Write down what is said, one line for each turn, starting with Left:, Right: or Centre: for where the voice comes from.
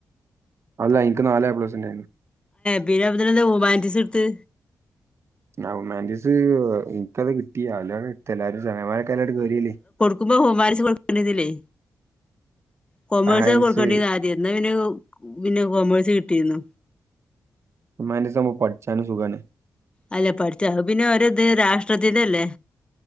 Right: അല്ല എനിക്ക് നാല് എ പ്ലസ്ണ്ടേന്നു
Left: പിന്നെന്തിനാ ഹ്യൂമാനിറ്റീസ് എടുത്ത്
Right: ഹ്യൂമാനിറ്റീസ് ഇന്ക്കത് കിട്ടി അയിലാണ്ട് ഇട്ത്ത് എല്ലാരും ചങ്ങായിമാരൊക്കെ എല്ലട്ട് കയറില്ലേ
Left: നക്കുമ്പോ ഹോംമാർക്സ് കൊടുക്കേണ്ടിന്നില്ലേ കൊമേഴ്സ്
Right: സയൻസ്
Left: കൊടുക്കേണ്ടിരുന്ന ആദ്യം എന്നാ പി പിന്നെ കോമേഴ്സ് കിട്ടിരുന്നു
Right: ഹുമാന്റിസ് ആകുമ്പോൾ പഠിച്ചാന സുഖാണ്
Left: അല്ല പഠിച്ച പിന്നെ ത് രാഷ്ട്രത്തിതല്ലേ